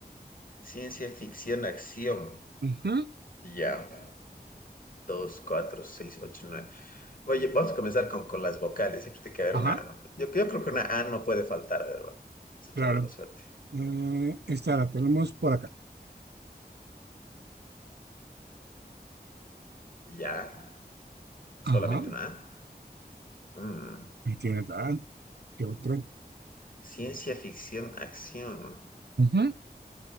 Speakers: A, on the left (about 55°); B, on the right (about 80°).
A: Ciencia ficción, acción.
B: Ujú.
A: Ya. Dos, cuatro, seis, ocho, nueve. Oye, vamos a comenzar con, con las vocales. Siempre tiene que haber
B: Ajá,
A: una. Yo, yo creo que una A no puede faltar. A ver, va, vamos a
B: claro.
A: echarlo a la suerte.
B: Eh, esta la tenemos por acá.
A: Ya, solamente
B: Ajá,
A: una A. Mm.
B: me tiene tal, ¿Qué otra?
A: Ciencia ficción, acción.
B: Ujú.